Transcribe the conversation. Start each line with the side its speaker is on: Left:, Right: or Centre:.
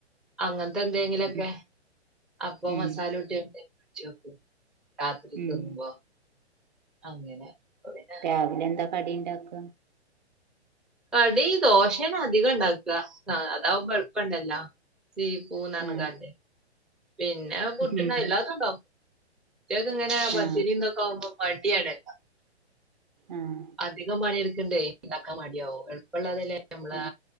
Centre: അങ്ങന് ത്തെ എന്തെങ്കിലൊക്കെ
Right: ഉം
Centre: അപ്പൊ
Right: ഉം
Centre: മസാല കൂട്ടിയാണ്ട് ഫ്രിഡ്ജ് വെക്കും രാത്രി
Right: ഉം
Centre: തിന്നുമ്പോ അങ്ങനെ അപ്പം പിന്നെ
Right: രാവിലെ എന്താ കടി ണ്ടാക്ക
Centre: കടി ദോശേണ് അധികം ഇണ്ടാക്കാ അതാവുമ്പം എൾപ്പണ്ടല്ലോ സീ പൂ നർ
Right: ആ
Centre: ഞ്ഞ്കാണ്ടെ പിന്നെ പുട്ട്ണ്ടാ
Right: ഉം
Centre: എല്ലാത്തും ഉണ്ടാവും ചെൽത് ഇങ്ങനെ പച്ചരിന്തൊ
Right: ആ
Centre: ക്കെ ആവുമ്പോ മടിയാണല്ലോ
Right: ആഹ്
Centre: അധികം പണിയെടുക്കണ്ടേ ഇണ്ടാക്കാൻ മടിയാവോ എള്പ്പള്ളതല്ലേ നമ്മളാ
Right: ആ